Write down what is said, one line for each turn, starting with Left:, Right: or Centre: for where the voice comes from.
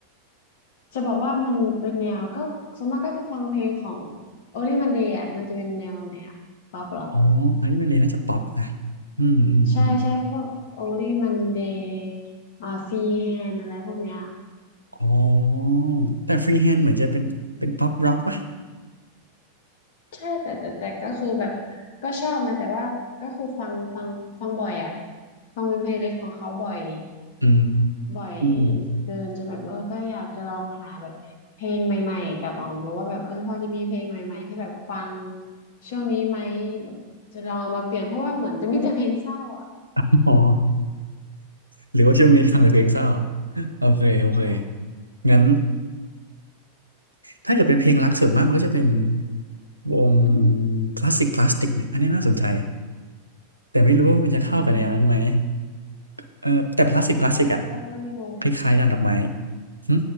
Left: จะบอกว่ามันเป็นแนวก็ส่วนมากก็จะฟังเพลงของ Only Monday อ่ะมันจะเป็นแนวไหนอ่ะป๊อปเหรอ
Right: อ๋ออันนี้มันเลยน่าจะป๊อปนะอืมอืมอืม
Left: ใช่ใช่พวก Only Monday อ่า Free Hand อะไรพวกเนี้ย
Right: อ๋อ แต่ฟรีแฮนด์เหมือนจะเป็นเป็นป๊อปร็อกป่ะ
Left: ใช่แต่แต่แต่ก็คือแบบก็ชอบนะแต่ว่าก็คือฟังฟังฟังบ่อยอ่ะ ฟังเป็นเพลย์ลิสต์ของเขาบ่อย
Right: อื
Left: บ่อย
Right: ม
Left: เกินจนแบบเออก็อยากจะลองหาแบบเพลงใหม่ๆกับอองรู้ว่าแบบเออพอจะมีเพลงใหม่ๆที่แบบฟังช่วงนี้ไหมแบบจะลองเอามาเปลี่ยนเพราะว่าเหมือนจะมีแต่เพลงเศร้าอ่ะ
Right: อ๋อ หรือว่าช่วงนี้ฟังแต่เพลงเศร้า โอเค โอเค
Left: ใช่
Right: งั้นถ้าเกิดเป็นเพลงรักส่วนมากมันก็จะเป็นวง
Left: อืม
Right: คลาสสิกคลาสติกเนี่ย อันนี้น่าสนใจ แต่ไม่รู้ว่ามันจะเข้ากับแนวนั้นไหม
Left: อืม
Right: เออ แต่คลาสสิกคลาสสิกอะ
Left: แล้วแล้วแล้วมีวงไหม
Right: คล้ายๆดานดอกไม้หึ